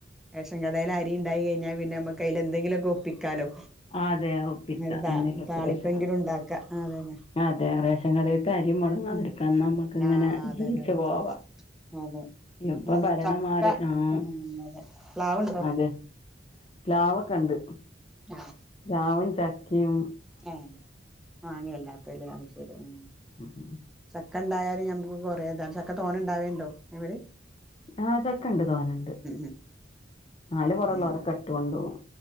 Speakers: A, in the centre; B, on the left.
A: റേഷൻ കടയിലെ അരി ഉണ്ടായി കഴഞ്ഞാ പിന്നെ അമുക്ക് അതില് എന്തെങ്കിലൊക്കെ ഒപ്പിക്കാലോ
B: അതെ ഒപ്പിക്ക
A: അ ത
B: എന്തെങ്കിലൊക്കെ
A: താളിപ്പെങ്കിലും
B: റേഷൻ ഉണ്ട്.
A: ണ്ടാക്ക അതന്നെ
B: അതെ റേഷൻ കടയിതെ അരി മുടങ്ങാതിരിക്കന്നമ്മക്ക്
A: ഉം
B: ഇങ്ങനെ
A: ആഹ് അതന്നെ
B: ജീവിച്ചു
A: അതന്നെ
B: പോവാ
A: അതെ
B: ഇപ്പൊ
A: ഉം
B: ഭരണം
A: ചക്ക
B: മാറി ആഹ്
A: ഉം അതെ പ്ലാവുണ്ടോ
B: അതെ പ്ലാവൊക്കെണ്ട്
A: അഹ്
B: പ്ലാവും ചക്കിം
A: ഏഹ് മങ്ങേയല്ലാതലെ അത് ശെരി ആഹ്
B: ഉം ഉം ഉം
A: ചക്ക ണ്ടായാലും ഞമ്മക്ക് കൊറേതാ ചക്ക തോനെണ്ടാവേണ്ടോ അയ്മെല്
B: ആഹ് ചക്കണ്ട് തോനെണ്ട്
A: ഉം
B: നാല് പൊറള്ളോരൊക്കെ
A: ഉം
B: ഇട്ട് കൊണ്ടോകും